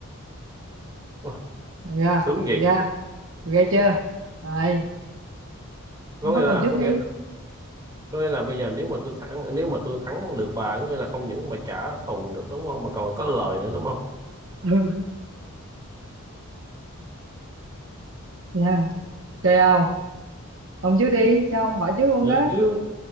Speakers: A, on the right (about 20°); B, on the right (about 60°).
A: Ồ,
B: Được chưa?
A: sướng vậy
B: Được chưa? Được ghê chưa? Rồi,
A: có
B: ông bắt
A: nghĩa là
B: đầu trước
A: có
B: đi.
A: nghĩa là
B: <laughs>
A: có nghĩa là bây giờ nếu mà tôi thắng nếu mà tôi thắng được bà có nghĩa là không những mà trả thù được đúng không mà còn có lời nữa đúng không
B: Ừ, nha. Chơi không? Ông trước đi, cho ông hỏi trước luôn
A: Đấy,
B: đó.
A: chứ